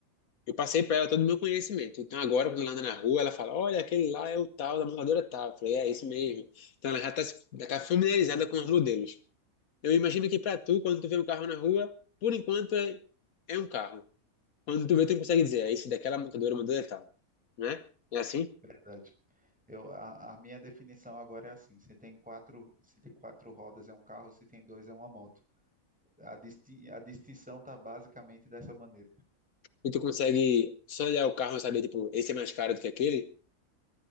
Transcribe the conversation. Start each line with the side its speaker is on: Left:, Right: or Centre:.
Left: eu passei para ela todo o meu conhecimento. Então agora, quando ela anda na rua, ela fala: Olha, aquele lá é o tal, da montadora tal. Eu falei: É, isso mesmo. Então ela já está familiarizada com os modelos. Eu imagino que para tu, quando tu vê um carro na rua, por enquanto é, é um carro. Quando tu vê, tu consegue dizer: É esse daquela montadora, montadora é tal. Né? É assim?
Centre: verdade. Eu, a, a minha definição agora é assim: se tem quatro, se tem quatro rodas é um carro, se tem dois é uma moto. A, disti- a distinção está basicamente dessa maneira.
Left: E tu consegue só olhar o carro e saber, tipo, esse é mais caro do que aquele?